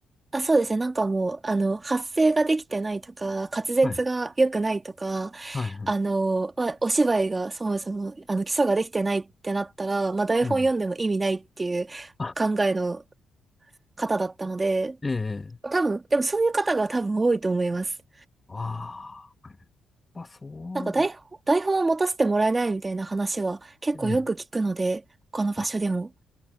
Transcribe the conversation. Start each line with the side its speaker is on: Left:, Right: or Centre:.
Right: あ、そうですね。なんかもう、あの、発声ができてないとか、滑舌が良くないとか、
Left: はい、はい、
Right: あの、
Left: はい。
Right: まあ、お芝居がそもそも、あの、基礎ができてないってなったら、まあ、台本読んでも意味ないっていう
Left: ええあ、
Right: 考えの方だったので、
Left: ええ、ええ
Right: 多分、でもそういう方が多分多いと思います。
Left: ああ、やっぱそう、
Right: なんか台本、台本を持たせてもらえないみたいな話は結構よく聞くので、
Left: ええ
Right: 他の場所でも。
Left: あ